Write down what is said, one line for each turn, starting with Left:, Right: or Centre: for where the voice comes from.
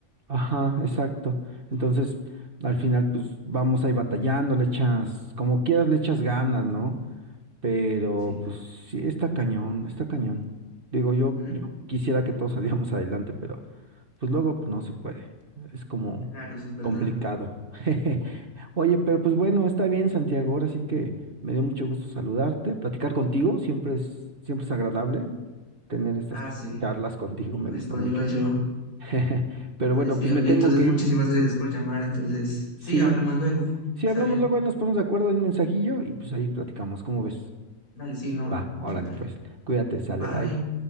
Right: ajá, exacto. Entonces, al final, pues vamos ahí batallando, le echas, como quieras, le echas ganas, ¿no? Pero
Left: Sí.
Right: pues sí, está cañón, está cañón. Digo, yo,
Left: ¿Mm?
Right: yo quisiera que todos <laughs> saliéramos adelante, pero pues luego pues, no se puede. Es como
Left: Claro, eso es verdad.
Right: complicado. <laughs> Oye, pero pues bueno, está bien, Santiago. Ahora sí que me dio mucho gusto saludarte, platicar contigo. Siempre es, siempre es agradable tener estas
Left: Ah,
Right: pues,
Left: sí,
Right: charlas contigo, me
Left: lo
Right: gusta
Left: mismo
Right: mucho.
Left: digo yo.
Right: <laughs> Pero
Left: Ay,
Right: bueno,
Left: sí,
Right: pues
Left: oye,
Right: me tengo
Left: entonces
Right: que
Left: muchísimas
Right: ir.
Left: gracias por llamar. Entonces,
Right: Sí.
Left: sí, hablamos luego.
Right: Sí,
Left: Está
Right: hablamos
Left: bien.
Right: luego, ahí nos ponemos de acuerdo, hay un mensajillo y pues ahí platicamos. ¿Cómo ves?
Left: Dale, sí, no,
Right: Va, órale,
Left: súper.
Right: pues. Cuídate,
Left: Bueno,
Right: sale,
Left: bye.
Right: bye.